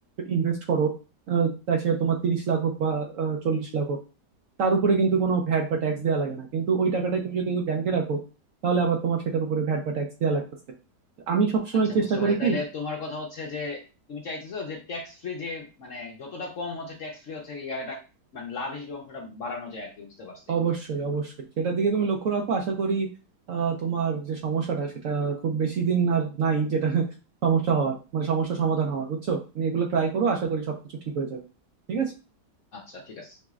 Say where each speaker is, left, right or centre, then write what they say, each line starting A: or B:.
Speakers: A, on the right (about 65°); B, on the left (about 60°).
A: ইনভেস্ট করো আহ, তাই সে তোমার তিরিশ লাখ হোক বা আহ, চল্লিশ লাখ হোক তার উপরে কিন্তু কোনো ভ্যাট বা ট্যাক্স দেওয়া লাগে না কিন্তু ওই টাকাটাই তুমি যদি ব্যাংকে রাখো তাহলে আবার তোমার সেটার উপরে ভ্যাট বা ট্যাক্স দেওয়া লাগতেছে আমি সবসময়
B: আচ্ছা
A: চেষ্টা
B: বুঝতে পারছি
A: করি কি
B: তাহলে তোমার কথা হচ্ছে যে তুমি চাইতেছো যে ট্যাক্স ফ্রি যে মানে যতটা কম হচ্ছে ট্যাক্স ফ্রি হচ্ছে ইয়াটা মানে লাভ হিসেবে অংশটা বাড়ানো যায় আর কি বুঝতে পারছি
A: অবশ্যই অবশ্যই সেটার দিকে তুমি লক্ষ্য রাখো আশা করি আহ, তোমার যে সমস্যাটা সেটা খুব বেশি দিন আর নাই যেটা সমস্যা হওয়ার মানে সমস্যা সমাধান হওয়ার বুঝছো তুমি এগুলো ট্রাই করো আশা করি সবকিছু ঠিক হয়ে যাবে ঠিক আছে
B: আচ্ছা ঠিক আছে